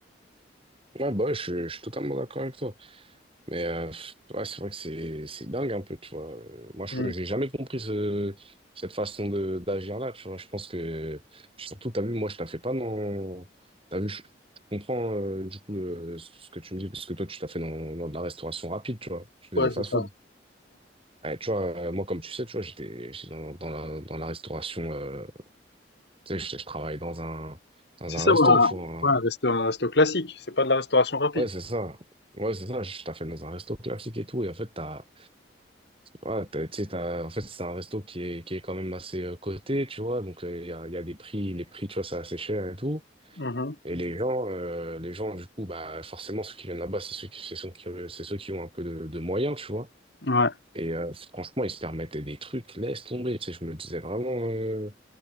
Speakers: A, on the right (about 30°); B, on the left (about 60°).
A: Ouais, bah, ouais, je, je suis totalement d'accord avec toi. Mais euh, pff, ouais, c'est vrai que c'est c'est dingue un peu, tu vois. Euh, Moi, je
B: Mm.
A: j'ai jamais compris ce, cette façon de d'agir là, tu vois. Je pense que puis surtout, t'as vu, moi, je la fais pas dans. T'as vu, je, je comprends euh, du coup le- ce ce que tu me dis parce que toi, tu t'as fait dans, dans de la restauration rapide, tu vois. Tu fais
B: Ouais,
A: des fast-food.
B: c'est ça.
A: Ouais, tu vois, euh, moi, comme tu sais, tu vois, j'étais j'étais dans, dans la dans la restauration. euh, tu sais, je, je travaille dans un dans
B: C'est
A: un
B: ça,
A: resto,
B: ouais, un,
A: tu vois.
B: ouais, un resto, un resto classique, c'est pas de la restauration rapide.
A: Ouais, c'est ça. Ouais, c'est ça. Je t'ai fait dans un resto classique et tout, et en fait, t'as Ouais, t'as- tu sais, t'as- en fait, c'est un resto qui est, qui est quand même assez euh, coté, tu vois. Donc, euh, il y a, il y a des prix, les prix, tu vois, c'est assez cher et tout.
B: Mhm.
A: Et les gens, euh, les gens, du coup, bah, forcément, ceux qui viennent là-bas, c'est ceux qui, c'est ceux qui, euh, c'est ceux qui ont un peu de, de moyens, tu vois.
B: Ouais.
A: Et euh, franchement, ils se permettaient des trucs, laisse tomber. Tu sais, je me disais vraiment, euh,